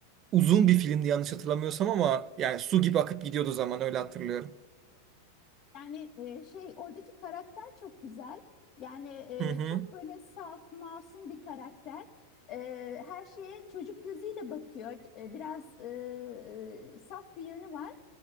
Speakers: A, on the right; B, on the left.
A: uzun bir filmdi yanlış hatırlamıyorsam ama yani su gibi akıp gidiyordu zaman öyle hatırlıyorum.
B: Yani e, şey oradaki karakter çok güzel. Yani e,
A: Hı hı,
B: çok böyle saf, masum bir karakter. E, her şeye çocuk gözüyle bakıyor. E, biraz e, e, saf bir yönü var.